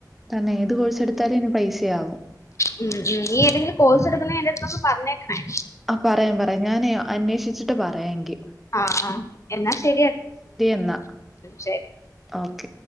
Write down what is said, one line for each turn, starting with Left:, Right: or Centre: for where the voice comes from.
Centre: തന്നെ ഏത് കോഴ്സ് എടുത്താലും ഇനി പൈസയാവും
Left: ഉം ഉം നീ ഏതെങ്കിലും കോഴ്സ് എടുക്കുന്നെ എന്റടുത്തു പറഞ്ഞേക്കണേ
Centre: ആ പറയാം പറയാം ഞാനെ അന്വേഷിച്ചിട്ട് പറയാ എങ്കിൽ
Left: ആഹ് ആഹ് എന്നാ ശരിയ
Centre: എന്നാ.
Left: ശരി
Centre: ഓക്കെ.